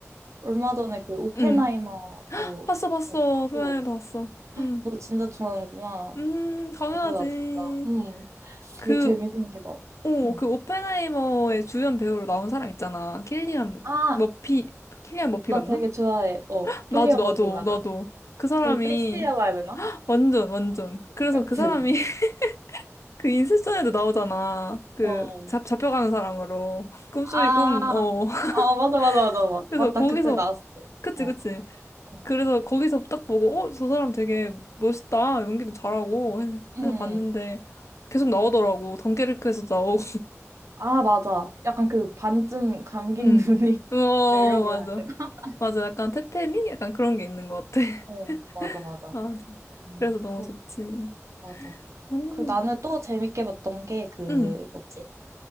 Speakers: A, on the right (about 65°); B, on the left (about 65°).
A: 얼마 전에 그 오펜하이머도
B: 음 봤어, 봤어.
A: 봤고
B: 오펜하이도 봤어. 음
A: 너 진짜 좋아하는구나.
B: 음, 당연하지.
A: 아 뭐야 진짜. 응.
B: 그,
A: 되게 재밌는 게 많아.
B: 어,
A: 응.
B: 그 오펜하이머의 주연 배우로 나온 사람 있잖아. 킬리안
A: 아,
B: 머피, 킬리안
A: 어,
B: 머피
A: 나
B: 맞나?
A: 되게 좋아해. 어,
B: 나도,
A: 킬리어
B: 나도,
A: 버피 맞아.
B: 나도. 그 사람이,
A: 되게 섹시하다 해야 되나?
B: 완전, 완전. 그래서
A: 그치?
B: 그 사람이, <laughs> 그 인셉션에도 나오잖아. 그,
A: 어.
B: 잡, 잡혀가는 사람으로. <laughs> 꿈속의
A: 아,
B: 꿈, 어. <laughs>
A: 어 맞아 맞아 맞아 맞
B: 그래서
A: 맞다
B: 거기서,
A: 그때 나왔지.
B: 그치,
A: 어.
B: 그치.
A: 어.
B: 그래서 거기서 딱 보고, 어, 저 사람 되게 멋있다. 연기도 잘하고. 해서,
A: 응.
B: 해서 봤는데, 계속 나오더라고. 덩케르크에서 나오고.
A: 아 맞아. 약간 그 반쯤 감긴
B: <laughs> 응.
A: 눈이
B: 어,
A: <laughs> 매력이라
B: 맞아.
A: 해야 되나?
B: 맞아. 약간 테테미? 약간 그런 게 있는 것 같아. <laughs>
A: 어 맞아 맞아.
B: 맞아.
A: 음,
B: 그래서 너무
A: 굿
B: 좋지.
A: 맞아.
B: 음.
A: 그 나는 또 재밌게 봤던 게 그
B: 응.
A: 뭐지?